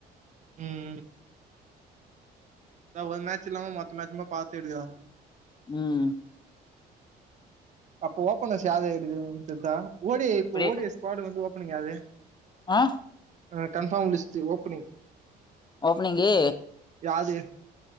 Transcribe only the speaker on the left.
ம்
அப்படியே
ஆ
ஓப்பனிங்கு